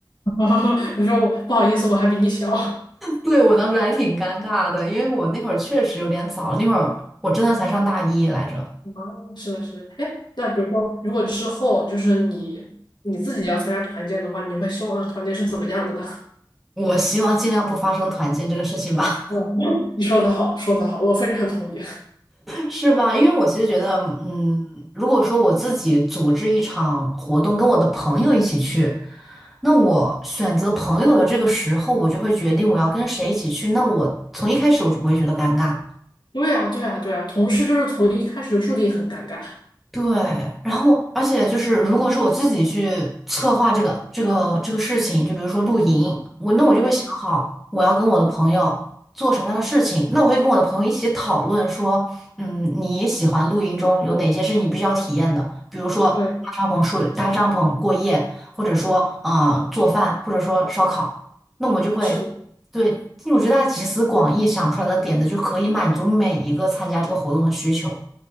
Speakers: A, on the left; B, in the centre.
A: <laughs> 我说不好意思，我还比你小。
B: 对，我当时还挺尴尬的，因为我那会儿确实有点早，那会儿我真的才上大一来着，
A: 哦，是的，是的。哎，那比如说，如果之后就是你你自己要参加团建的话，你会希望团建是怎么样的呢？
B: 我希望尽量不发生团建这个事情吧。
A: 嗯，<laughs> 你说的好，说的好，我非常同意。
B: 是吧？因为我其实觉得，嗯，如果说我自己组织一场活动，跟我的朋友一起去，那我选择朋友的这个时候，我就会决定我要跟谁一起去。那我从一开始我就不会觉得尴尬。
A: <laughs> 对啊，对啊，对啊，同事就是从一开始就注定很尴尬。
B: 对，然后而且就是，如果是我自己去策划这个这个这个事情，就比如说露营，我那我就会想好我要跟我的朋友做什么样的事情，
A: 嗯，
B: 那我会跟我的朋友一起讨论说，嗯，你喜欢露营中有哪些是你必须要体验的，比如说搭帐篷睡、
A: 对，
B: 搭帐篷过夜，或者说嗯、呃做饭，或者说烧烤，那我们就会对，
A: 是的，
B: 因为我觉得大家集思广益想出来的点子就可以满足每一个参加这个活动的需求。